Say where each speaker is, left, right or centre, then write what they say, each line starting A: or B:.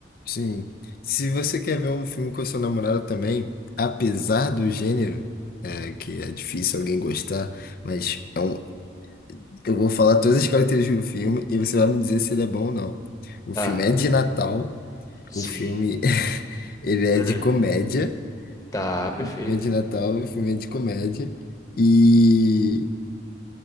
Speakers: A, on the left; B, on the left.
A: Sim. Se você quer ver um filme com a sua namorada também, apesar do gênero, é, que é difícil alguém gostar, mas é um- eu vou falar todas as características do filme e você vai me dizer se ele é bom ou não. O
B: Tá,
A: filme é de Natal,
B: sim.
A: o filme <laughs> ele
B: <laughs>
A: é de comédia,
B: Tá, perfeito.
A: o filme é de Natal, o filme é de comédia, e,